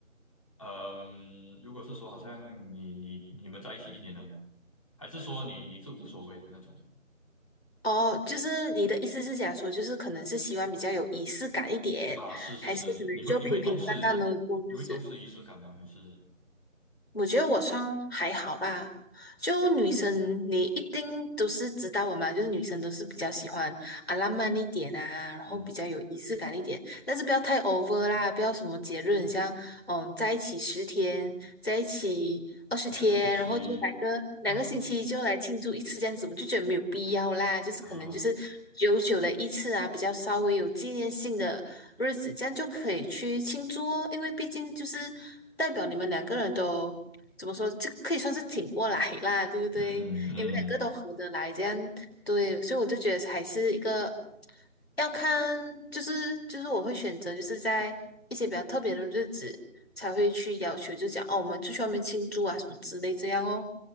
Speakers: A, on the left; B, on the left.
A: 嗯、如果是说好像你你你们在一起一年了，还是说你你是无所谓的那种
B: 哦，就是你的意思是讲说，就是可能是希望比较有仪式感一点，
A: 啊？是是是，
B: 还是可能就平平淡淡的过日子？
A: 你会你会重视你会重视仪式感吗？还是
B: 我觉得我算还好啦，就女生你一定都是知道我嘛，就是女生都是比较喜欢啊浪漫一点啊，然后比较有仪式感一点，
A: 嗯
B: 但是不要太 over 啦，不要什么节日很像嗯在一起十天，在一起二十天，
A: 两个星期？
B: 然后就来个两个星期就来庆祝一次这样子，
A: <laughs>
B: 我就觉得没有必要啦，就是可能就是久久的一次啊，
A: 啊，
B: 比较稍微有纪念性的日子，这样就可以去庆祝哦，因为毕竟就是代表你们两个人都。怎么说，这可以算是挺过来啦，对不对？
A: 嗯嗯
B: 你们两个都合得来，这样对，所以我就觉得还是一个要看，就是就是我会选择就是在一些比较特别的日子才会去要求，就讲哦，我们出去外面庆祝啊什么之类这样哦。